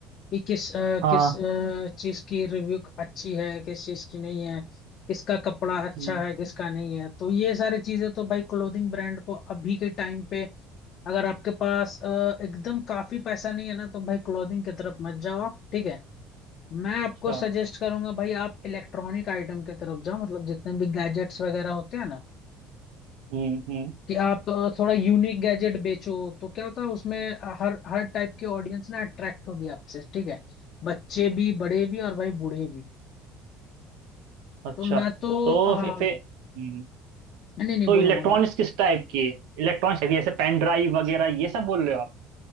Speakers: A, on the left; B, on the right.
A: कि किस अ,
B: हाँ
A: किस अ, चीज की रिव्यू अच्छी है किस चीज की नहीं है किसका कपड़ा अच्छा
B: हम्म,
A: है किसका नहीं है तो ये सारी चीजें तो भाई क्लोथिंग ब्रांड को अभी के टाइम पे अगर आपके पास अ, एकदम काफी पैसा नहीं है ना तो भाई क्लोथिंग की तरफ मत जाओ आप ठीक है मैं आपको
B: अच्छा
A: सजेस्ट करूंगा भाई आप इलेक्ट्रॉनिक आइटम की तरफ जाओ मतलब जितने भी गैजेट्स वगैरह होते हैं ना
B: हम्म हम्म
A: कि आप अ, थोड़ा यूनिक गैजेट बेचो तो क्या होता है उसमें अ, हर हर टाइप की ऑडियंस ना अट्रैक्ट होगी आपसे ठीक है बच्चे भी बड़े भी और भाई बूढ़े भी
B: अच्छा
A: तो मैं तो
B: तो
A: हाँ
B: फिर फिर- हम्म,
A: नहीं नहीं
B: तो
A: बोलो
B: इलेक्ट्रॉनिक्स
A: बोलो
B: किस टाइप की है इलेक्ट्रॉनिक्स है जैसे पेन ड्राइव वगैरह ये सब बोल रहे हो आप